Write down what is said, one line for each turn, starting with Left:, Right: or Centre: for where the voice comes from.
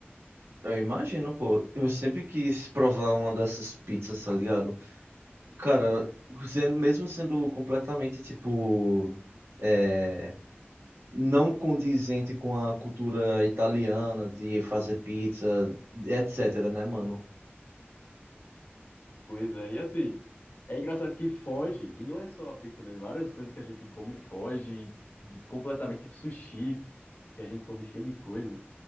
Right: eu imagino, pô. Eu sempre quis provar uma dessas pizzas, tá ligado? Cara, sendo- mesmo sendo completamente, tipo, é, não condizente com a cultura italiana de fazer pizza, etc, né, mano?
Left: Pois é, e assim, é engraçado que foge, e não é só a pizza, né? Várias coisas que a gente come foge de completamente, tipo sushi, que a gente come cheio de coisa,